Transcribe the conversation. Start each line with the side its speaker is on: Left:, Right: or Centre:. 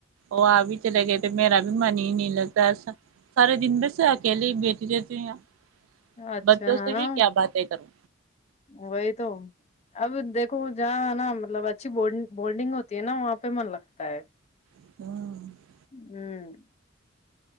Right: وہ آ بھی چلے گئے تھ میرا بھی من ہی نہیں لگتاس سارے دن میںس اکیلے ہی بیٹٹی رہتی ہیں
Left: اچھا
Right: بچوں
Left: ہے
Right: سے
Left: نا
Right: بھی کیا باتیں کروں
Left: وہی تو اب دیکھو جہاں نا مطلب اچھی بولڈنگ ہوتی ہے نا وہاں پہ من لگتا ہے
Right: کروں
Left: ھمم <inaudible>